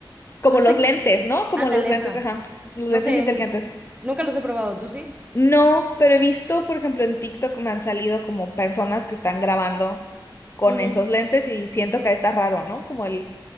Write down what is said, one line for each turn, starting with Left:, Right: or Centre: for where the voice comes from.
Left: como
Right: No
Left: los
Right: sé,
Left: lentes,
Right: co-
Left: ¿no? Como
Right: ándale
Left: los lentes,
Right: esa.
Left: ajá, los
Right: No
Left: lentes
Right: sé,
Left: inteligentes.
Right: n- nunca los he probado, ¿tú sí?
Left: No, pero he visto, por ejemplo, en TikTok me han salido como personas que están grabando con
Right: Ujú.
Left: esos lentes y siento que está raro, ¿no? Como el